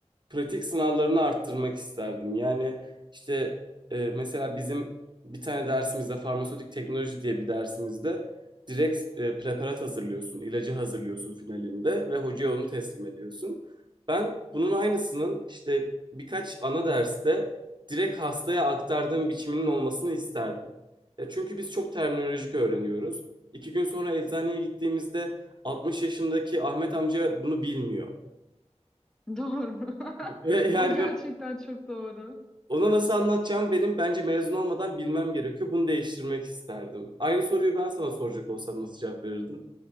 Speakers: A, on the right; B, in the centre.
A: pratik sınavlarını arttırmak isterdim. Yani işte e, mesela bizim bir tane dersimizde farmasötik teknoloji diye bir dersimizde direkt e, preparat hazırlıyorsun, ilacı hazırlıyorsun finalinde ve hocaya onu teslim ediyorsun. Ben bunun aynısının işte birkaç ana derste direkt hastaya aktardığım biçiminin olmasını isterdim. Ya çünkü biz çok terminolojik öğreniyoruz. İki gün sonra eczaneye gittiğimizde 60 yaşındaki Ahmet amca bunu bilmiyor.
B: <laughs> Doğru. <laughs>
A: Ve yani
B: O gerçekten
A: ben
B: çok doğru.
A: Ona nasıl anlatacağım benim bence mezun olmadan bilmem gerekiyor. Bunu değiştirmek isterdim. Aynı soruyu ben sana soracak olsam nasıl cevap verirdin?